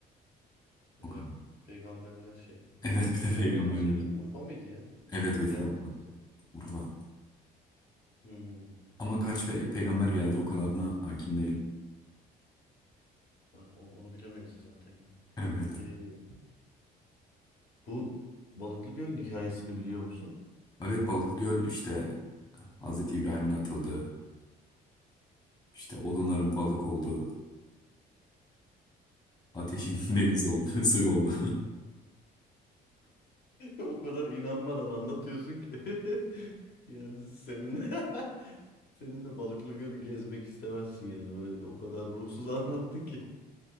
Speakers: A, on the left; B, on the left.
A: Evet.
B: O kadar. <laughs>
A: Peygamberler şehri.
B: Evet bir
A: Peygamberler
B: de peygamberler.
A: şehri Urfa mıydı ya?
B: Evet Urfa.
A: Diyarbakır'da.
B: Urfa.
A: Hmm.
B: Ama kaç pe- peygamber geldi o kadarına hakim değilim.
A: Aynen, o- onu bilemeyiz zaten ya.
B: Evet.
A: Ee, bu Balıklı Göl'ün hikayesini biliyor musun?
B: Evet Balıklıgöl işte Hazreti İbrahim'in atıldığı, işte odunların balık olduğu, ateşin <laughs> deniz
A: Hı hı.
B: olduğu, suyu olduğu.
A: <laughs> O kadar inanmadan anlatıyorsun ki. <laughs> Yani senin <laughs> seninle Balıklı Göl'ü gezmek istemezsin yani. Böyle o kadar ruhsuz anlattın ki.